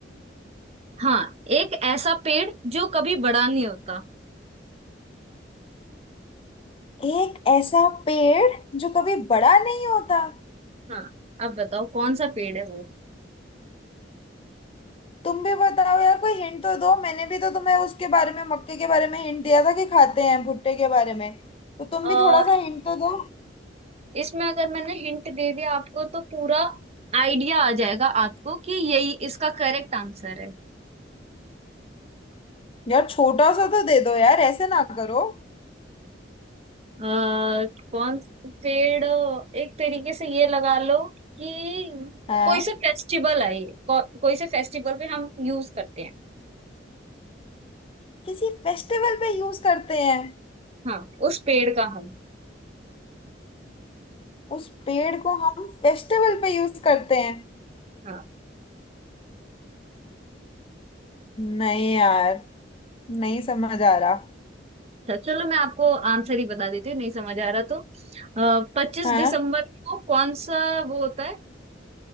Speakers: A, on the right; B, on the left.
A: हाँ एक ऐसा पेड़ जो कभी बड़ा नहीं होता
B: एक ऐसा पेड़ जो कभी बड़ा नहीं होता
A: हाँ अब बताओ कौन सा पेड़ है वो
B: तुम भी बताओ यार कोई हिंट तो दो मैंने भी तो तुम्हें उसके बारे में मक्के के बारे में हिंट दिया था कि खाते हैं भुट्टे के बारे में तो तुम
A: अह,
B: भी थोड़ा सा हिंट तो दो
A: इसमें अगर मैंने हिंट दे दिया आपको तो पूरा आइडिया आ जाएगा आपको कि यही इसका करेक्ट आंसर है
B: यार छोटा सा तो दे दो यार ऐसे ना करो
A: अ, कौन पेड़ एक तरीके से ये लगा लो कि
B: हाँ
A: कोई सा फेस्टिवल है ये को, कोई से फेस्टिवल पे हम यूज करते हैं
B: किसी फेस्टिवल पे यूज करते हैं
A: हाँ उस पेड़ का हम
B: उस पेड़ को हम फेस्टिवल पे यूज करते हैं
A: हाँ
B: नहीं यार नहीं समझ आ रहा
A: अच्छा चलो मैं आपको आंसर ही बता देती हूँ नहीं समझ आ रहा तो पच्चीस
B: हाँ
A: दिसंबर को कौन सा वो होता है